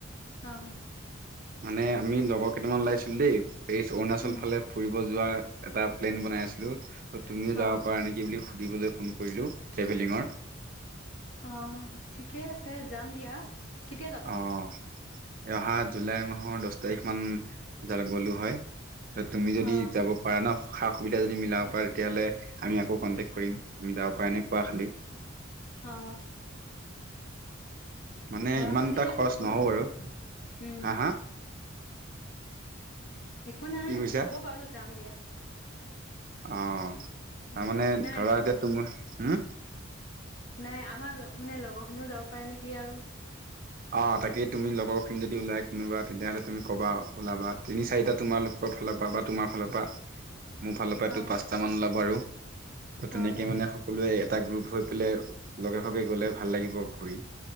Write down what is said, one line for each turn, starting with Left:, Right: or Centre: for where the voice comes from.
Left: অহ।
Right: মানে আমি লগৰ কেইটামান ওলাইছিলো দেই, এই অৰুণাচল
Left: উম
Right: ফালে ফুৰিব যোৱা। এটা প্লেন বনাই আছিলোঁ। তো তুমিও যাব
Left: অ
Right: পাৰা নেকি বুলি সুধিবলৈ ফোন কৰিলোঁ ট্ৰেভেলিঙৰ।
Left: অ', ঠিকে আছে, যাম দিয়া। কেতিয়া যাবানো?
Right: অ' অহা জুলাই মাহৰ দছ তাৰিখ মান যা গ'লো হয়। তুমি যদি
Left: অ
Right: যাব পাৰা ন। সা-সুবিধা যদি মিলাব পাৰা তেতিয়াহ'লে আমি আকৌ কণ্টেক্ট কৰিম। তুমি যাব পাৰা নে নোপোৱা খালি।
Left: অ'।
Right: মানে
Left: ল'ৰা-ছোৱালী
Right: ইমান এটা খৰচ
Left: সকলোবোৰ।
Right: নহ'ব বাৰু
Left: উম।
Right: হা হা
Left: একো নাই।
Right: কি কৈছা
Left: হ'ব বাৰু। যাম দিয়া।
Right: অ', তাৰমানে
Left: উম নাই
Right: ধৰা এতিয়া তোমাৰ। হম?
Left: নাই আমাৰ মানে লগৰখিনিও যাব পাৰে নেকি আৰু।
Right: অ', তাকেই তুমি লগৰখিনি যদি ওলাই কোনোবা, তেতিয়াহ'লে তুমি ক'বা, ওলাবা তিনি-চাৰিটা তোমালোক ফালৰ পৰা বা তোমাৰ ফালৰ পৰা। মোৰ ফালৰ পৰাটো
Left: অ
Right: পাঁচটা মান ওলাব। আৰু তো তেনেকে
Left: অ
Right: মানে সকলোৱে এটা গ্ৰুপ হৈ পেলাই লগে-ভাগে গ'লে ভাল লাগিব ঘূৰি।